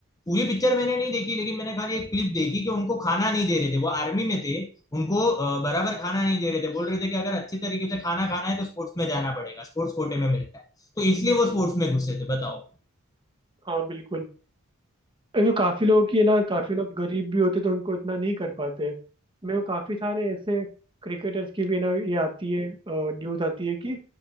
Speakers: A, on the left (about 15°); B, on the right (about 20°).
A: पूरी पिक्चर मैंने नहीं देखी लेकिन मैंने खाली एक क्लिप देखी कि उनको खाना नहीं दे रहे थे वो आर्मी में थे उनको अ, बराबर खाना नहीं दे रहे थे बोल रहे थे कि अगर अच्छे तरीके से खाना खाना है तो स्पोर्ट्स में जाना पड़ेगा स्पोर्ट्स कोटे में मिलता है तो इसलिए वो
B: हम्म।
A: स्पोर्ट्स में घुसे थे बताओ
B: हाँ बिल्कुल एक तो काफी लोगों की है ना काफी लोग गरीब भी होते तो उनको इतना नहीं कर पाते मेरे को काफी सारे ऐसे क्रिकेटर्स की भी है ना ये आती है न्यूज आती है कि